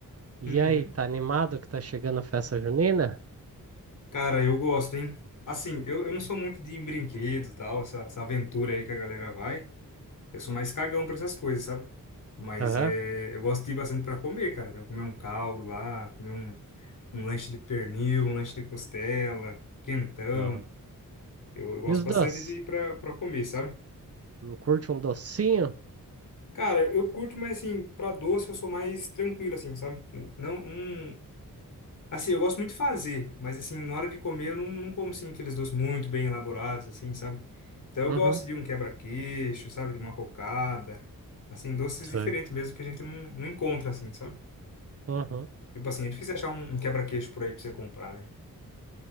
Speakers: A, on the right (about 45°); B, on the left (about 65°).
A: E
B: Uhum.
A: aí, tá animado que tá chegando a festa junina?
B: Cara, eu gosto, hein? Assim, eu, eu não sou muito de brinquedo e tal, essa, essa aventura aí que a galera vai. Eu sou mais cagão pra essas coisas, sabe? Mas
A: Aham.
B: é, eu gosto de ir bastante pra comer, cara. Então, comer um caldo lá, comer um, um lanche de pernil, um lanche de costela, quentão.
A: aham.
B: Eu, eu gosto
A: E os
B: bastante
A: doces?
B: de ir pra, pra comer, sabe?
A: Não curte um docinho?
B: Cara, eu curto, mas assim, pra doce eu sou mais tranquilo, assim, sabe? Não, não... Assim, eu gosto muito de fazer, mas assim, na hora de comer eu não, não como, assim, aqueles doces muito bem elaborados, assim, sabe? Então eu
A: Uhum.
B: gosto de um quebra-queixo, sabe? De uma cocada. Assim, doces
A: Sei.
B: diferentes mesmo que a gente não, não encontra, assim, sabe?
A: Uhum.
B: Tipo assim, é difícil achar um, um quebra-queixo por aí pra você comprar, né?